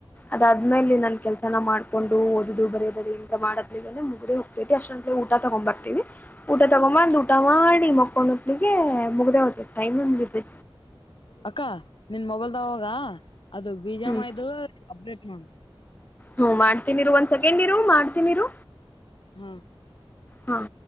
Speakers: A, on the left; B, on the left.
A: ಅದಾದ್ಮೇಲೆ ನನ್ ಕೆಲಸ ನ ಮಾಡಕೊಂಡು ಓದುದು ಬರೋ ಬರಿ ಎಂತ ಮಾಡದ್ಿಲ್ಲಂದ ಮುಗು ಹೋಗ್ಬೇ ಅಷ್ಟೊಂದ ಊಟ ತಗೊಂಡ್ ಬರ್ತೀವಿ ಊಟ ತಗೊ ಅಂದು ಊಟ ಮಾಡಿ ಮಕ್ಕೊಂಡುಕ್ಕಳಿಗೆ ಮುಗ್ದ ಹ್ತದೆ ಟೈಮ್ಂದು ಬತೆ
B: ಅಕ್ಕ ನಿನ್ ಮೊಬೈಲ್ದಾಗ ಅದು ಬೀಜಾಮ
A: ಹ್ಮ್
B: ಇದು ಅಪ್ಡೇಟ್ ಮಾಡ
A: ಹ್ಮ್ ಮಾಡ್ತೀನಿ ಒಂದ್ ಸೆಕೆಂಡ್ ಇರು ಮಾಡ್ತೀನಿರು
B: ಹಾ
A: ಹ್ಮ